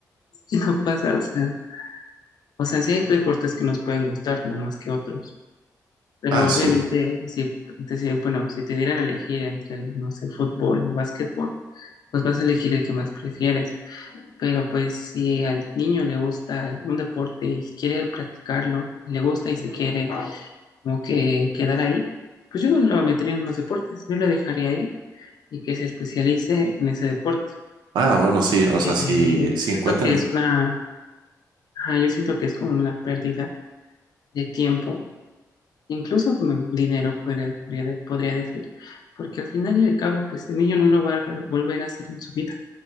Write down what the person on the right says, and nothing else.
Ah, sí.
Ah, bueno, sí, o sea,
si, si
encuentra
el...